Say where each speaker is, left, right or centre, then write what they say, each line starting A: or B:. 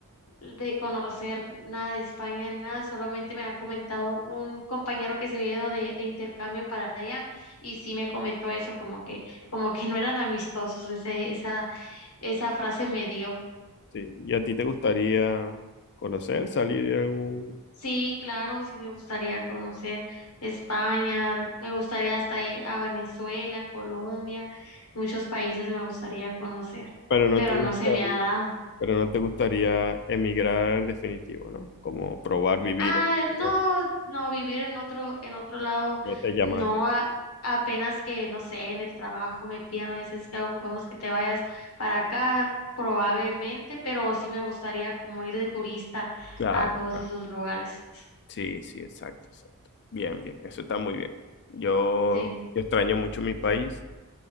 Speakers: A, on the left (about 75°); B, on the left (about 50°).
A: de conocer nada de España, nada, solamente me ha comentado un compañero que se había ido de, de intercambio para allá y sí me comentó eso, como que, como que no eran amistosos, ese, esa, esa frase me dio.
B: Sí, ¿y a ti te gustaría conocer, salir de algún...
A: Sí, claro, sí me gustaría conocer España, me gustaría hasta ir a Venezuela, Colombia, muchos países me gustaría conocer,
B: Pero no
A: pero
B: te gustaría,
A: no se me ha dado.
B: pero no te gustaría emigrar definitivo, ¿no? Como probar vivir,
A: Ah, no,
B: pero
A: no, vivir en otro, en otro lado,
B: no te llama
A: no,
B: la atención.
A: a- apenas que, no sé, en el trabajo me pidan, a veces que ocupamos que te vayas para acá, probablemente, pero sí me gustaría como ir de turista
B: Claro,
A: a todos
B: claro.
A: esos lugares.
B: Sí, sí, exacto, exacto. Bien, bien, eso está muy bien. Yo,
A: Sí,
B: yo extraño mucho mi país,